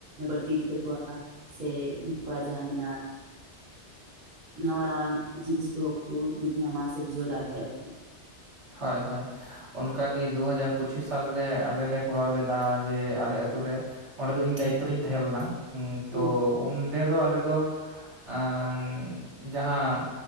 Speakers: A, on the right; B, on the right.
A: ᱵᱟᱹᱲᱛᱤ ᱤᱫᱤ ᱛᱟᱠᱚᱣᱟ ᱥᱮ ᱩᱱᱩᱠᱩᱣᱟᱜ ᱡᱟᱦᱟᱸ ᱢᱮᱱᱟᱜ ᱾ ᱱᱟᱣᱟ ᱱᱟᱣᱟ ᱡᱤᱱᱤᱥ ᱠᱚᱦᱚᱸ ᱠᱚ ᱧᱟᱢᱟ ᱥᱮ ᱵᱩᱡᱷᱟᱹᱣ ᱫᱟᱲᱮᱜ ᱟᱠᱚ ᱾
B: ᱦᱳᱭ ᱦᱳᱭ ᱾ ᱚᱱᱠᱟᱜᱮ ᱫᱩ ᱦᱟᱡᱟᱨ ᱯᱚᱸᱪᱤᱥ ᱥᱟᱞᱨᱮ ᱟᱞᱮ ᱞᱮ ᱠᱚᱨᱟᱣ ᱞᱮᱫᱟ ᱡᱮ ᱟᱞᱮ ᱟᱹᱛᱩ ᱨᱮ ᱚᱸᱰᱮ ᱫᱚ ᱤᱧ ᱫᱟᱭᱤᱛᱛᱚ ᱨᱤᱧ ᱛᱟᱦᱮᱸ ᱞᱮᱱᱟ,
A: ᱦᱩᱸ
B: ᱛᱚ ᱚᱸᱰᱮ ᱫᱚ ᱟᱞᱮ ᱫᱚ ᱮᱸᱻ ᱡᱟᱦᱟᱸ